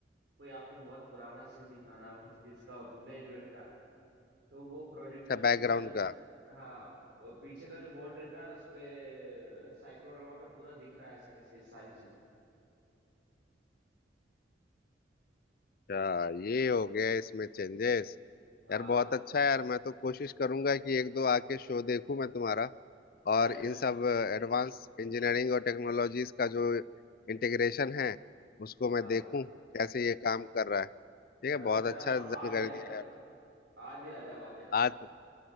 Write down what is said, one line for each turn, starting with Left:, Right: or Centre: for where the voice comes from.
Right: कोई आपको बहुत पुराना सीन दिखाना हो किसी चीज का फ्लैशबैक का तो वो प्रोजेक्टर
Left: बैकग्राउंड
Right: पूरा
Left: का
Right: हाँ वो पीछे का जो वॉल रहता है उस पे साइक्लोरामा पे पूरा दिख रहा है ऐसा कैसे ये सारी चीजें
Left: अच्छा ये हो गया इसमें चेंजेस
Right: हाँ
Left: यार बहुत अच्छा है यार मैं तो कोशिश करूंगा कि एक दो आके शो देखूं मैं तुम्हारा
Right: अरे
Left: और इन
Right: बिल्कुल
Left: सब एडवांस इंजीनियरिंग और टेक्नोलॉजीज का जो इंटीग्रेशन है उसको मैं
Right: हाँ
Left: देखूं कैसे ये काम कर रहा है ठीक है
Right: मैं तो
Left: बहुत
Right: कह रहा
Left: अच्छा
Right: हूँ
Left: जानकारी
Right: आज ही आ
Left: दिया
Right: जाओ
Left: यार तुम।
Right: आज ही आ जाओ आज ही आ जाओ
Left: आज